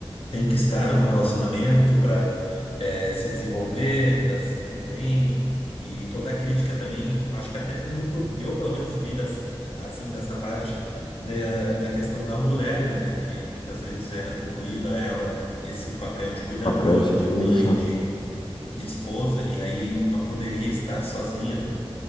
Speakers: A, on the left; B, on the left.
A: tem que estar no relacionamento para se desenvolver, para se sentir bem. E toda a crítica também, acho que até muito, eu pelo menos vi das- assim dessa parte da, da questão da mulher, né? Que muitas vezes era atribuído a ela esse papel de cuidadora,
B: papel de.
A: de mãe,
B: é Isso.
A: de, de esposa, e aí não poderia estar sozinha, né?